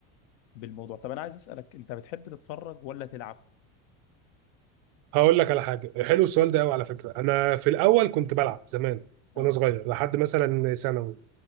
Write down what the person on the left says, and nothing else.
بالموضوع طب انا عايز اسالك انت بتحب تتفرج ولا تلعب
اه